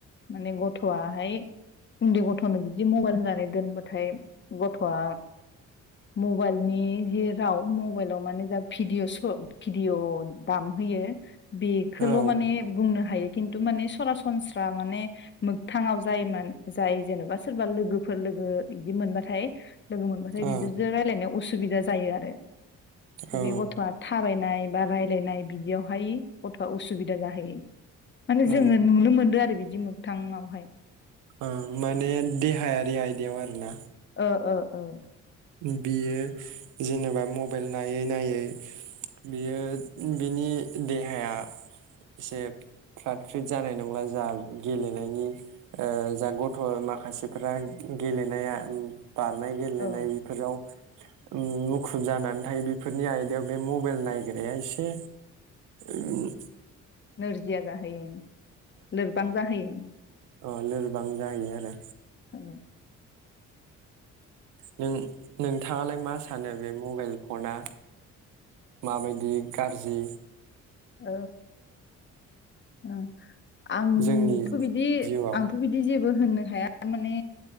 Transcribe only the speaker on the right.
औ
औ
औ
औ
ओ माने देहायारि आयदायाव आरो ना?
इबेयो जेनेबा मबाइल नायै- नायै बियो बिनि देहाया एसे फ्रात फ्रिद जानाय नंला जा गेलेनायनि ओ जा गथ' माखासेफ्रा गेलेनाया उम बारनाय गेलेनाय
<unintelligible> उम मुखुब जानानै थायो बेफोरनि आयदायाव बे मबाइल नायग्राया एसे उम
अ लोरबां जाहैयो आरो।
नों- नोंथाङालाय मा सानो बे मबाइल फना माबायदि गारजि?
जोंनि
जिउआव